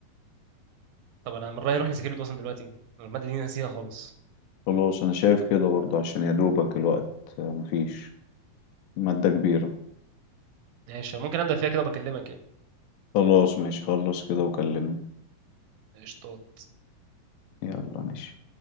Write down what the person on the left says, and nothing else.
خلاص انا شايف كده برضو عشان يا دوبك الوقت آه، مفيش مادة كبيرة
خلاص ماشي خلص كده وكلمني
يلا ماشي